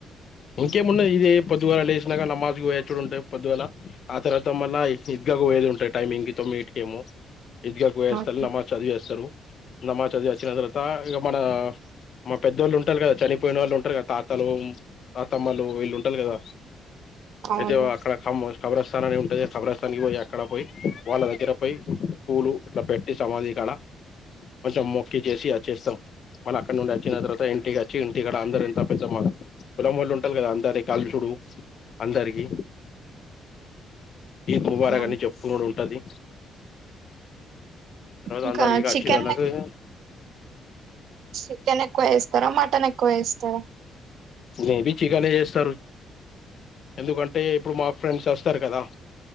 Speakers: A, on the left (about 55°); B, on the right (about 75°).
A: ఇంకేమున్నాది ఇదే పొద్దుగాల లేసినాక నమాజ్ పోయవచ్చుడు ఉంటాయి పొద్దుగాల ఆ తర్వాత మల్ల ఇగ ఎలాగో పోయేది ఉంటాయి టైమ్ ఇంగ్ తొమ్మిదింటికి ఏమో ఈదు గా పోయి వస్తారు
B: ఓకే
A: నమాజ్ చదివివేస్తారు నమాజ్ చదివి వచ్చిన తరువాత ఇగ మన మా పెద్దవోళ్ళు ఉంటారు కదా చనిపోయిన వాళ్ళు ఉంటారు కదా తాతలు తాతమ్మలు వీళ్ళు ఉంటారు కదా
B: అవును
A: అయితే అక్కడ కమ్ స్టబరస్ తననే ఉంటది ఖబరాస్థానికి పోయి ఎక్కడ పోయి వాళ్ళ దగ్గర పోయి పూలు ఇట్లా పెట్టి సమాధి కాడ కొంచెం మొక్కి చేసి వచ్చేస్తాం వాళ్ళు అక్కడ నుండి వచ్చిన తర్వాత ఇంటికి వచ్చి టి గడ అందరు ఎంత పెద్దమ్మ పెల్లం ముళ్ళు ఉంటారు కదా అందరి కాలుచుడు అందరికి ఈ దుబాడా
B: అవును
A: అని చెప్పుకుడు ఉంటది రోజు
B: ఇంకా
A: అందరికి వచ్చినోలకు
B: చికెన్
A: ఇగ
B: చికెన్ ఎక్కువ వేస్తారా మటన్ ఎక్కువ వేస్తారా
A: మే బి చికెనే వేస్తారు ఎందుకంటే ఇప్పుడు మా ఫ్రెండ్స్ వస్తారు కదా